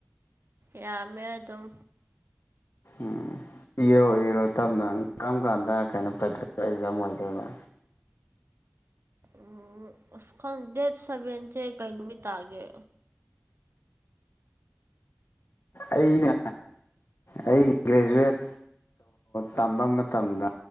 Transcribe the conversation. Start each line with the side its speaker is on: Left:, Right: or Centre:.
Right: ꯌꯥꯝꯃꯦ ꯑꯗꯨꯝ
Left: ꯎꯝ ꯏꯔꯣ ꯏꯔꯣ ꯇꯞꯅ ꯀꯔꯝ ꯀꯥꯟꯗ ꯀꯩꯅꯣ ꯄ ꯑꯩ ꯆꯝꯃꯣꯏꯗꯣꯏꯕ
Right: ꯎꯝ ꯈꯪ ꯗꯦꯠ ꯁꯕꯦ ꯀ ꯅꯨꯃꯤ ꯇꯥꯒꯦ
Left: ꯑꯩꯅ ꯑꯩ ꯒ꯭ꯔꯦꯖꯨꯋꯦꯠ ꯇꯝꯕ ꯃꯇꯝꯗ